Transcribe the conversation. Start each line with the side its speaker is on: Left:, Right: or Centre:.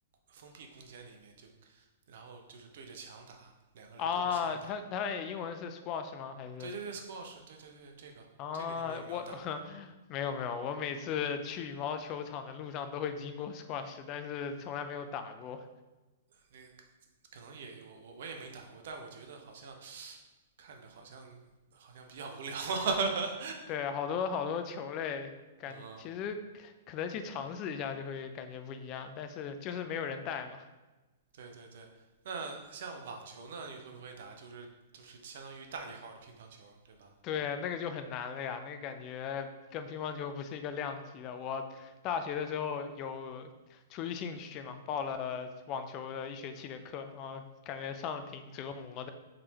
Right: 封闭空间里面就，然后就是对着墙打，两个人对着墙打。
Left: 啊，他他也英文是 squash 吗？还是
Right: 对对对，squash，对对对，这个这个你们有没有打过？
Left: 啊，我 <laughs> 没有没有，我每次去羽毛球场的路上都会经过 squash，但是从来没有打过。
Right: 嗯那个可能也有，我我也没打过，但我觉得好像。看着好像好像比较无聊啊。
Left: 对，好多好多球类，感觉其实可能去尝试一下就会感觉不一样，
Right: <laughs> 嗯，
Left: 但是就是没有人带嘛。
Right: 对对对。那像网球呢，你会不会打？就是就是相当于大一号的乒乓球，对吧？
Left: 对，那个就很难了呀，那个感觉跟乒乓球不是一个量级的。我大学的时候有出于兴趣嘛，报了网球的一学期的课，然后感觉上的挺折磨。